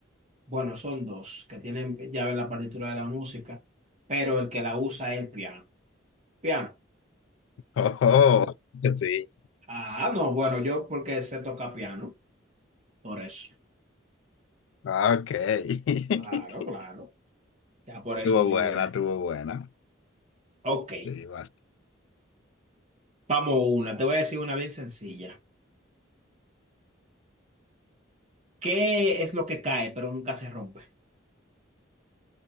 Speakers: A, on the right (about 35°); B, on the left (about 75°).
A: Bueno, son dos que tienen llave en la partitura de la música, pero el que la usa es el piano. Piano.
B: Oh, <laughs> sí.
A: Ah, no, bueno, yo porque sé tocar piano, por eso.
B: Ok. <laughs>
A: Claro, claro. Ya por eso
B: Tuvo
A: me
B: buena,
A: ayudé.
B: tuvo buena.
A: Ok,
B: Sí, vas.
A: vamos una. Te voy a decir una bien sencilla. ¿Qué es lo que cae, pero nunca se rompe?